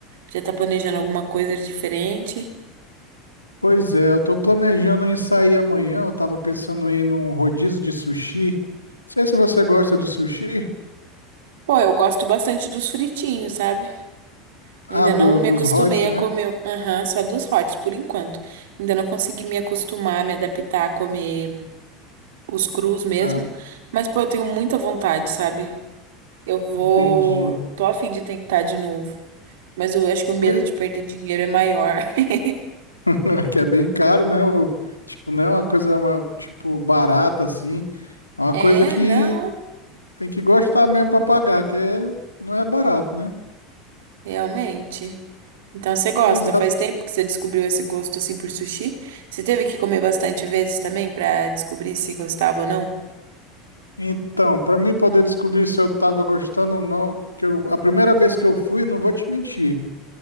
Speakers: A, on the right; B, on the left.
A: Já tá planejando alguma coisa de diferente?
B: Pois é, eu tô planejando em sair amanhã. Eu tava pensando em ir num rodízio de sushi. Não sei se você gosta de sushi.
A: Pô, eu gosto bastante dos fritinhos, sabe? Eu
B: Ah,
A: ainda
B: do-
A: não me
B: dos
A: acostumei
B: hot,
A: a
B: né?
A: comer, aham, só dos hots por enquanto. Ainda não consegui me acostumar, me adaptar a comer os crus mesmo.
B: Ah,
A: Mas, pô, eu tenho muita vontade, sabe? Eu vou.
B: entendi.
A: Tô a fim de tentar de novo. Mas eu acho que o medo
B: Pois,
A: de perder dinheiro é maior. <laughs>
B: <laughs> que é bem caro, né? O- tipo, não é uma coisa, uma- tipo, barata, assim. É uma
A: É,
B: coisa que
A: não,
B: tem que gostar mesmo pra pagar, que é- não é barato, né?
A: realmente. Então você gosta?
B: Pois é,
A: Faz tempo que você descobriu esse gosto assim por sushi? Você teve que comer bastante vezes também pra descobrir se gostava ou não?
B: Então, para mim poder descobrir se eu tava gostando ou não, que eu- a primeira vez que eu fui, não vou te mentir,